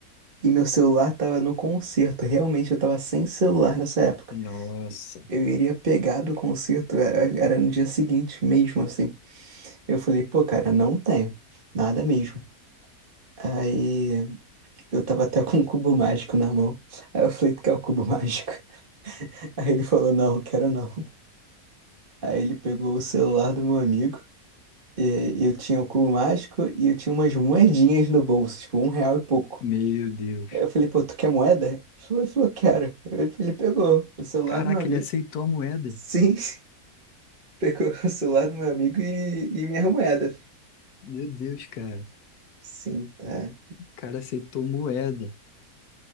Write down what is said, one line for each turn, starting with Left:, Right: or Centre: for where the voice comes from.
Right: E meu celular tava no concerto, realmente eu tava sem celular nessa época.
Left: Nossa,
Right: Eu iria pegar do concerto, era era no dia seguinte mesmo, assim. Eu falei, pô, cara, não tenho. Nada mesmo. Aí eu tava até <laughs> com um cubo mágico na mão. Aí eu falei, tu quer o cubo mágico? <laughs> Aí ele falou, não, quero não. Aí ele pegou o celular do meu amigo. E eu tinha o cubo mágico e eu tinha umas moedinhas no bolso, tipo, um real e pouco.
Left: meu Deus.
Right: Aí eu falei, pô, tu quer moeda? Ele falou, ele falou, quero. Eu- Ele pegou o celular
Left: Caraca,
Right: do meu amigo.
Left: ele aceitou a moeda.
Right: Sim, <laughs> pegou o celular do meu amigo e, e minha moeda.
Left: Meu Deus, cara.
Right: Sim, tá.
Left: O cara aceitou moeda.